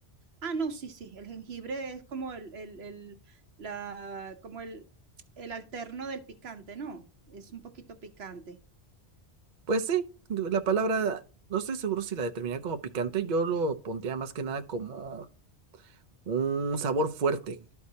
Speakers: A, on the right (about 70°); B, on the right (about 50°).
A: Ah, no, sí, sí. El jengibre es como el, el, el- la, como el, el alterno del picante, ¿no? Es un poquito picante.
B: Pues sí, la palabra, no estoy seguro si la determiné como picante, yo lo pondría más que nada como un sabor fuerte.